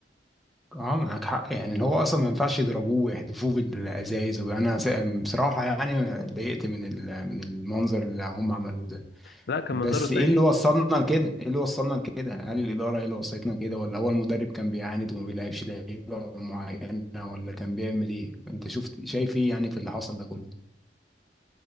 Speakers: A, in the centre; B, on the left.
A: اه معاك حق يعني اللي هو اصلا ما ينفعش يضربوه ويحدفوه بالازايز وانا س- بصراحه يعني اتضايقت من ال- من المنظر اللي هم عملوه ده
B: لا كان
A: بس
B: منظره
A: ايه
B: سيء
A: اللي وصلنا لكده؟ ايه اللي وصلنا لكده؟ هل الاداره هي اللي وصلتنا كده ولا هو المدرب كان بيعاند وما بيلعبش لعيبه معينه ولا كان بيعمل ايه؟ انت شفت شايف ايه يعني في اللي حصل ده كله؟